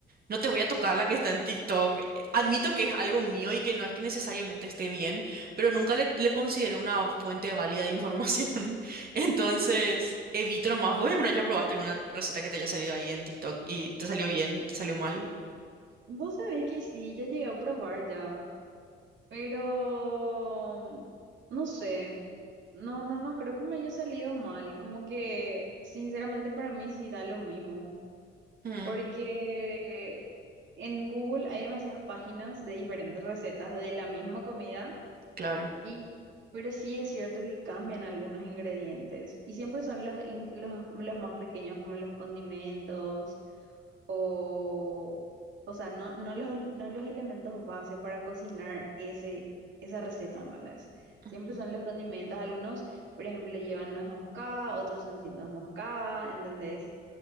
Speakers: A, on the right (about 50°); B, on the right (about 65°).
A: no te voy a tocar la que está en TikTok. Eh, Admito que es algo mío y que no es que necesariamente esté bien, pero nunca le, le considero una fuente válida de información. <laughs> Entonces, evito nomás. ¿Vos alguna vez ya probaste alguna receta que te haya salido ahí en TikTok y te salió bien, te salió mal?
B: Vos sabés que sí, ya llegué a probar ya, pero no sé. No, no, no, creo que me haya salido mal. Como que, sinceramente, para mí sí da lo mismo.
A: Mm,
B: Porque en Google hay demasiadas páginas de diferentes recetas de la misma comida
A: claro.
B: y pero sí es cierto que cambian algunos ingredientes y siempre son los, in- los, los más pequeños como los condimentos o o sea, no, no los, no los elementos base para cocinar ese esa receta, ¿entendés? Siempre
A: Ujú.
B: son los condimentos, algunos, por ejemplo, llevan nuez moscada, otros son sin nuez moscada, ¿entendés?